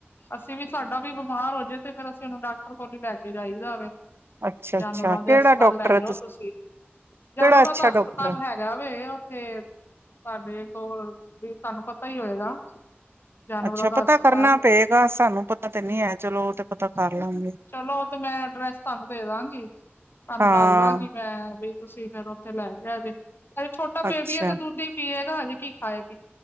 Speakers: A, on the left (about 55°); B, on the right (about 65°).
A: ਅਸੀਂ ਵੀ ਸਾਡਾ ਵੀ ਬਿਮਾਰ ਹੋ ਜਾਏ ਤੇ ਫੇਰ ਅਸੀਂ ਉਹਨੂੰ ਡਾਕਟਰ ਕੋਲ ਹੀ ਲੈ ਕੇ ਜਾਈਦਾ ਵੇ।
B: ਅੱਛਾ ਅੱਛਾ
A: ਜਾਨਵਰਾਂ ਦੇ
B: ਕਿਹੜਾ
A: ਹਸਪਤਾਲ
B: ਡਾਕਟਰ
A: ਲੈ
B: ਹੈ
A: ਜਾਓ ਤੁਸੀਂ ਜਾਨਵਰਾਂ
B: ਕਿਹੜਾ ਅੱਛਾ
A: ਦਾ
B: ਡਾਕਟਰ
A: ਹਸਪਤਾਲ
B: ਹੈ?
A: ਹੈਗਾ। ਜਾਵੇ ਉੱਥੇ ਤੁਹਾਡੇ ਕੋਲ ਵੀ ਤੁਹਾਨੂੰ ਪਤਾ ਹੀ ਹੋਏਗਾ। ਜਾਨਵਰਾਂ
B: ਅੱਛਾ
A: ਦਾ
B: ਪਤਾ
A: ਹਸਪਤਾਲ।
B: ਕਰਨਾ ਪਏਗਾ ਸਾਨੂੰ ਪਤਾ ਤੇ ਨਹੀਂ ਹੈ ਚਲੋ ਉਹ ਤੇ ਪਤਾ ਕਰ ਲਾਂਗੇ।
A: ਚਲੋ ਓ ਤੇ ਮੈਂ ਐਡਰੈਸ ਤੁਹਾਨੂੰ ਦੇ ਦਾਂਗੀ ਤੁਹਾਨੂੰ
B: ਹਾਂ
A: ਦੱਸ ਦਾਂਗੀ ਮੈਂ ਵੀ। ਤੁਸੀਂ ਫੇਰ ਉੱਥੇ ਲੈ ਲਿਆ ਜੇ ਅਜੇ ਛੋਟਾ
B: ਅੱਛਾ
A: ਬੇਬੀ ਏ ਤੇ ਦੁੱਧ ਹੀ ਪੀਏਗਾ ਹਜੇ ਕੀ ਖਾਏਗਾ।